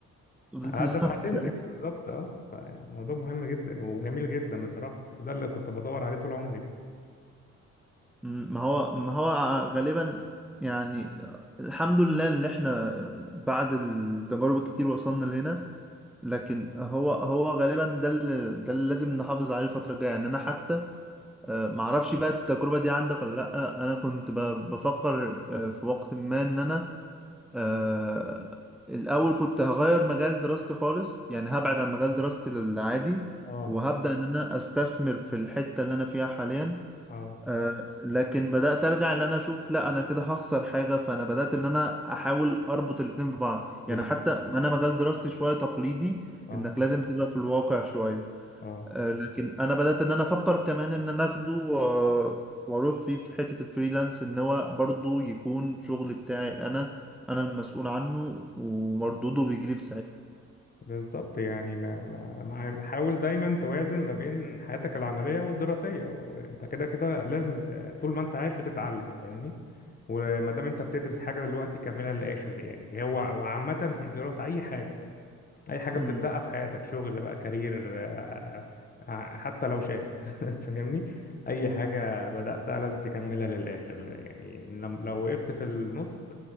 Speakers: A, in the centre; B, on the left.
A: <laughs> بالظبط
B: على قد ما هتنتج بالظبط اه الموضوع مهم جدا وجميل جدا بصراحه وده اللي كنت بدور عليه طول عمري
A: مم، ما هو ما هو غالبا يعني الحمد لله اللي احنا بعد التجارب الكتير وصلنا لهنا لكن هو هو غالبا ده اللي ده اللي لازم نحافظ عليه الفترة الجاية يعني انا حتى آه، معرفش بقى التجربة دي عندك ولا لأ انا كنت ب- بفكر آه، في وقت ما ان انا آه، الاول كنت هغير مجال دراستي خالص يعني هبعد عن مجال دراستي العادي
B: اه
A: وهبدأ ان انا استثمر في الحتة اللي انا فيها حاليا
B: اه
A: آه، لكن بدأت أرجع إن أنا أشوف لا أنا كده هخسر حاجة فأنا بدأت إن أنا أحاول أربط الاتنين ببعض
B: بالظبط
A: يعني حتى أنا مجال دراستي شوية تقليدي
B: اه
A: إنك لازم تبقى في الواقع شوية
B: اه
A: آه، لكن أنا بدأت إن أنا أفكر كمان إن أنا أخده و- وأروح فيه في حتة الفريلانس إن هو برضه يكون شغل بتاعي أنا أنا المسؤول عنه ومردوده بيجيلي في
B: بالظبط يعني ما ما ما حاول دايما توازن ما بين حياتك العملية والدراسية وانت كده كده لازم ت- طول ما انت عايش بتتعلم فاهمني وما دام انت بتدرس حاجة دلوقتي كملها للآخر يعني هو وعامة مش دراسة أي حاجة اي حاجه
A: ساعتها
B: بتبداها في حياتك شغل بقى كارير آه، آه، حتى لو شات <laughs> فاهمني اي حاجه بداتها لازم تكملها للاخر يعني لم- لو وقفت في النص